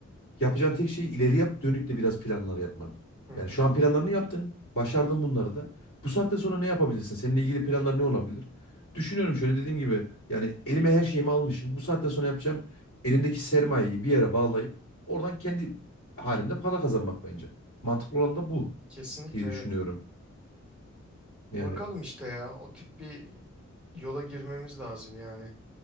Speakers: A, on the left (about 45°); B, in the centre.
A: yapacağın tek şey ileriye dönük de biraz planlar yapman.
B: Hı
A: Yani
B: hı.
A: şu an planlarını yaptın, başardın bunları da. Bu saatten sonra ne yapabilirsin? Seninle ilgili planlar ne olabilir? Düşünüyorum şöyle dediğim gibi yani elime her şeyimi almışım. Bu saatten sonra yapacağım elimdeki sermayeyi bir yere bağlayıp Oradan kendi halimde para kazanmak bence. Mantıklı olan da bu
B: Kesinlikle
A: diye düşünüyorum.
B: evet. Bakalım
A: Yani
B: işte ya o tip bir yola girmemiz lazım yani.